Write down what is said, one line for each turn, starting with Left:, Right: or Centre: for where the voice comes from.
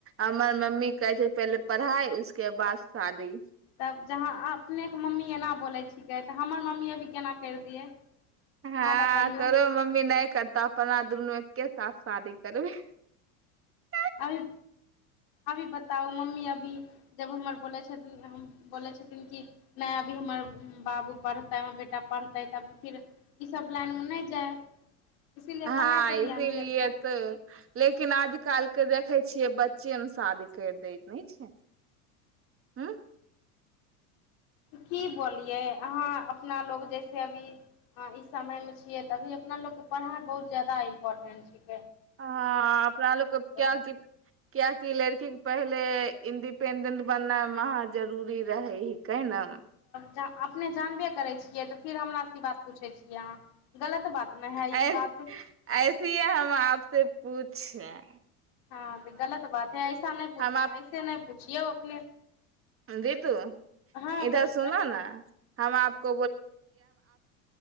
Right: हमर मम्मी कहै छै पहले पढ़ाई उसके बाद शादी
Left: तब जहाँ अपनेक मम्मी ऐना बोलेछिकै त हमर मम्मी केना कैर दियै
Right: हाँ
Left: अहाँ बतैयौ
Right: तोरो मम्मी नै करतऽ अपना दुनू एके - -साथ शादी करबैय ह
Left: अभी अभी बताउ मम्मी अभी जब हमर बोलै छथिन बोलै छथिन की नै हमर बाबु पढ़तै हमर बेटा पढ़- तै त अभी फिर इ सब लाइन मे नै जाय इसीलिए
Right: हाँ
Left: पढ़ाइ पर
Right: इसलिए
Left: ध्यान देल जाय
Right: तो लेकिन आज काल के देखैय - -छियै बच्चे मे - शादी कैर दैय नहि छै हूँ
Left: की बोलयै अहाँ अपना लोक जैसे हाँ इस समय मे छियै त अभी अपना लोक पढ़ाई बहुत ज्यादा इम्पोर्टेन्ट छै
Right: ह-आ अपना लोक कियाकि
Left: जाय
Right: कियाकि लड़की के पढ़ै ले इंडिपेंडेंट बननाय महा जरूरी रहै ही कै न
Left: त अपने जनबै करै छियै त फिर हमरा सँ इ बात की पूछै छियै अहाँ गलत बात ने है
Right: ऐस
Left: ई बात
Right: ऐसे ही हम आप से पूछ छा
Left: हाँ गलत बात हा ऐसा न पूछ
Right: हम
Left: ऐसे नै पूछियौ अपने
Right: दी तु
Left: हँ
Right: इधर
Left: बोल
Right: सुने न हम आप